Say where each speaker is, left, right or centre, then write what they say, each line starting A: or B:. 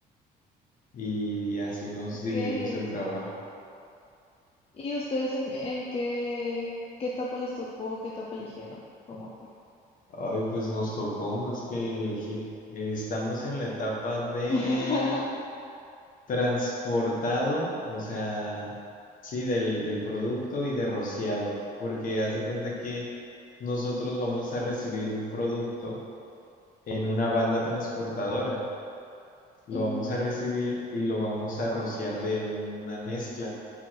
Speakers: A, on the left; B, on the left.
A: Y así nos dividimos
B: ¿Qué?
A: el trabajo.
B: ¿Y ustedes en, en qué, qué etapa les tocó, qué etapa eligieron? ¿Cómo fue?
A: Ay, pues nos tocó más que elegir. Estamos en la etapa de
B: <laughs>
A: transportado, o sea, sí, del, del producto y de rociado, porque haz de cuenta que nosotros vamos a recibir un producto en una banda transportadora, lo
B: Ujú,
A: vamos a recibir y lo vamos a rociar de una mezcla